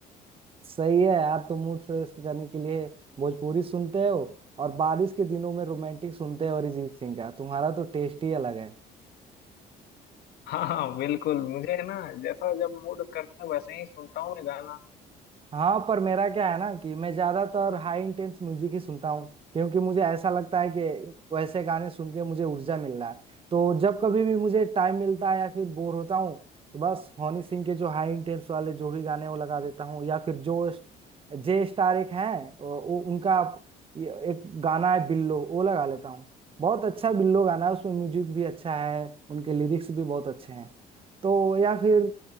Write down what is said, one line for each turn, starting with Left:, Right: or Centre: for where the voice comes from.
Right: सही है यार तो मूड फ्रेश करने के लिए भोजपुरी सुनते हो और बारिश के दिनों में रोमांटिक सुनते हो अरिजीत सिंह का तुम्हारा तो टेस्ट ही अलग है
Left: हाँ हाँ बिल्कुल मुझे है ना जैसा जब मूड करता है वैसे ही सुनता हूँ मैं गाना
Right: हाँ पर मेरा क्या है ना कि मैं ज्यादातर हाई इंटेंस म्यूजिक ही सुनता हूँ क्योंकि मुझे ऐसा लगता है कि वैसे गाने सुन के मुझे ऊर्जा मिल रहा है तो जब कभी भी मुझे टाइम मिलता है या फिर बोर होता हूँ तो बस हनी सिंह के जो हाई इंटेंस वाले जो भी गाने हैं, वो लगा देता हूँ या फिर जो जे स्टार एक हैं वो- वो- उनका ये एक गाना है बिल्लो वो लगा लेता हूँ बहुत अच्छा बिल्लो गाना है उसमें म्यूजिक भी अच्छा है उनके लिरिक्स भी बहुत अच्छे हैं तो या फिर